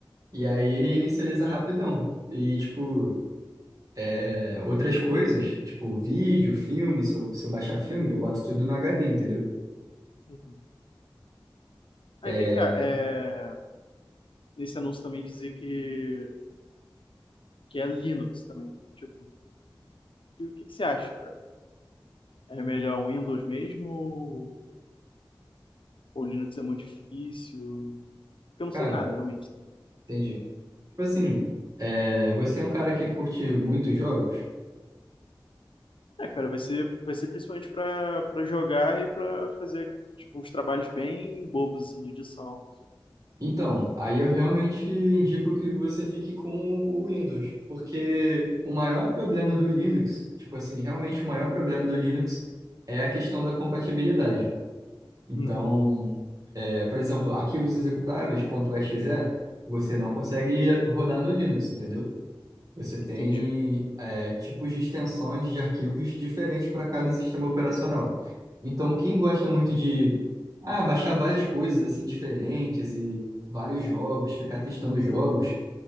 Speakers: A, on the right; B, on the left.
A: E aí ele inicializa rapidão. E, tipo, é, outras coisas, tipo vídeo, filme, se eu, se eu baixar filme, eu boto tudo no HD, entendeu?
B: Uhum.
A: É,
B: Aí vem cá, é... nesse anúncio também dizia que, que é Linux também. Tipo, e o que que você acha, cara? É melhor um Windows mesmo ou Linux é muito difícil. Porque eu não
A: cara,
B: sei nada, realmente.
A: entendi. Tipo assim, é, você é um cara que curte muitos jogos?
B: É, cara, vai ser, vai ser principalmente pra para jogar e pra fazer tipo, uns trabalhos bem bobos assim, de edição.
A: Então, aí eu realmente indico que você fique com o Windows, porque o maior problema do Linux, tipo assim, realmente o maior problema do Linux é a questão da compatibilidade. Então,
B: Uhum,
A: é, por exemplo, arquivos executáveis .exe, você não consegue rodar no Linux, entendeu? Você tem
B: entendi.
A: é, tipos de extensões de arquivos diferentes para cada sistema operacional. Então, quem gosta muito de ah, baixar várias coisas assim diferentes e vários jogos, ficar testando jogos,